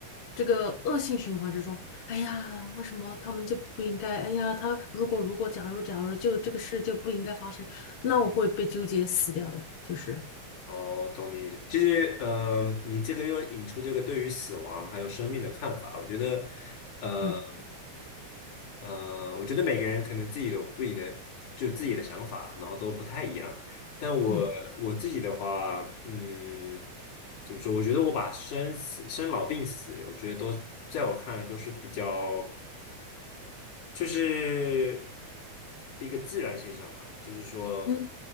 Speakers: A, on the left; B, on the left.
A: 这个恶性循环之中。哎呀，为什么他们就不应该？哎呀，他如果如果假如假如就这个事就不应该发生。那我会被纠结死掉的，就是
B: 哦，懂你意思。其实，嗯、你这个又引出这个对于死亡还有生命的看法。我觉得，呃，
A: 嗯
B: 呃，我觉得每个人可能自己有不己的，就自己的想法，然后都不太一样。但我我自己的话，
A: 嗯
B: 嗯，怎么说？我觉得我把生死、生老病死，我觉得都在我看来都是比较。就是一个自然现象吧，就是说，
A: 嗯